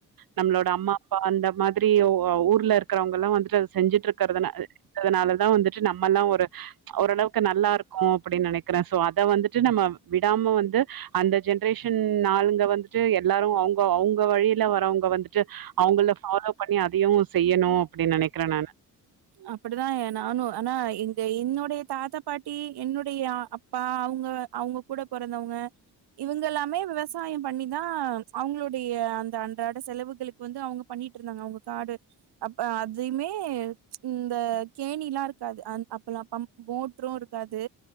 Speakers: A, on the right; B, on the right.
A: நம்ளோட அம்மா அப்பா அந்த மாதி ஊ ஊர்ல இருக்கிறவங்கலா வந்துட்டு செஞ்சுட்டு இருக்கிறதுனா றதுனால தா வந்து நம்மல்லா ஒரு ஓரளவுக் நல்லா இருக்கோ அப்டின் நனைக்கிற சோ அத வந்துட்டு நம்ம விடாம வந்து அந்த ஜென்ரேஷன் ஆளுங்க வந்துட்டு எல்லாரு‌அவுங்க அவுங்க வழில வரவங்க வந்து ட்டு அவங்கள பாலோ வு செய்யணு அப்டி நனைக்கிற நானு
B: அப்டிதா நானு ஆனா எங் என்னுடைய தாத்தா பாட்டி என்னுடைய அப்பா அவங்க அவங்க கூட பொறந்தவங்க இவங்கல்லாமே விவ விவசாயம் பண்ணிதா அவங்களுடைய அந்த அன்றாட செலவுகளுக்கு வந்து அவங்க பண்ணிட்டு இருந்தாங்க அவங்க காடு அப்ப அதைமே இந்த கேணிலா இருக்காது அ அப்பலா பம் மோட்ரு இருக்காது